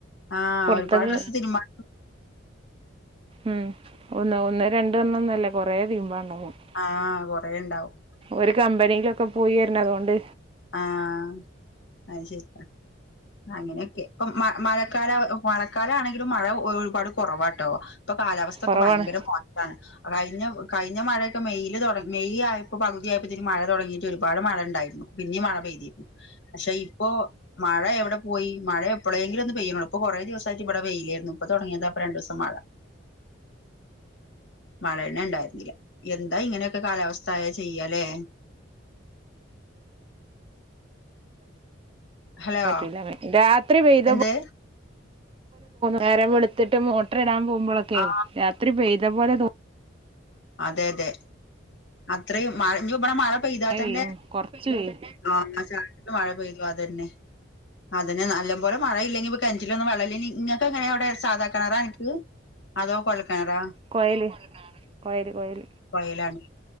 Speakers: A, on the left; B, on the right.
A: ആ
B: പുറത്തക്
A: ഒരുപാട് ഡ്രസ്സ് തിരുമ്പാ
B: ഉം ഒന്ന് ഒന്ന് രണ്ട് എണ്ണ ഒന്നല്ല കുറെേ തീരുമ്പാണ്ടാക്കും
A: ആ കൊറേ ഉണ്ടാവും
B: ഒരു കമ്പനിയിലൊക്കെ പോയിരുനൊണ്ട്
A: ആഹ് അത് ശരി അങ്ങനെയൊക്കെ ഇപ്പൊ മ മഴക്കാല മഴക്കാല ആണെങ്കിലും മഴ ഒരുപാട് കുറവാട്ടോ ഇപ്പൊ കാലാവസ്ഥൊക്കെ
B: കുറവാണ്
A: ഭയങ്കര മോശമാണ് കഴിഞ്ഞ കഴിഞ്ഞ മഴയൊക്കെ മെയിൽ തുടങ്ങി മെയ് ആയ ഇപ്പ പകുതിയപ്പോ ഇതി മഴ തുടങ്ങയിട്ട് ഒരുപാട് മഴണ്ടായിരുന്നു പിന്നെ മഴ പെയ്തി പക്ഷെ ഇപ്പോ മഴ എവടെ പോയി മഴ എപ്പോഴെങ്കിലും ഒന്ന് പെയ്യണതാ ഇപ്പൊ കുറ ദിവസമായിട്ട് ഇവിടെ പെയയില്ലായിരുന്നു ഇപ്പ തുടങ്ങിയത് അപ്പ രണ്ട് ദസം മഴ മഴ തന്ന ഉണ്ടായിരുന്നില്ല എന്താ ഇങ്ങനെയൊക്കെ കാലാവസ്ഥാആയാൽ എന്താ ചെയ്യാലേ ഹലോ
B: പറ്റൂലാ പറ്റു രാത്രി പെയ്തപു
A: എന്ത്
B: നേരെ വെളുത്തിട്ട് മോട്ടർ ഇടാൻ പോകുമ്പളക്കെ
A: ആ
B: രാത്രി പെയ്ത പോലെ തോന്നും
A: അതെ അതെ അത്രയും മഴ മഴ പെയ്താൽ
B: മഴ
A: തന്നെ
B: പെയ്യും കൊറച്ച് പെയ്യും
A: ആഹ് <unintelligible> മഴ പെയ്തു അതന്നെ അതിന് നല്ലം പോലെ മഴയില്ലെങ്കിൽ കിണറ്റിലൊന്നും വെള്ളലില്ലിങ്കിൽ നിങ്ങക്ക് എങ്ങനെയ അവിടെ സാധാക്കണറാ എനക്ക് അതോ കൊഴൽക്കെണാറാ
B: കോയൽ കോൽ കോയൽ
A: കൊയലാണ്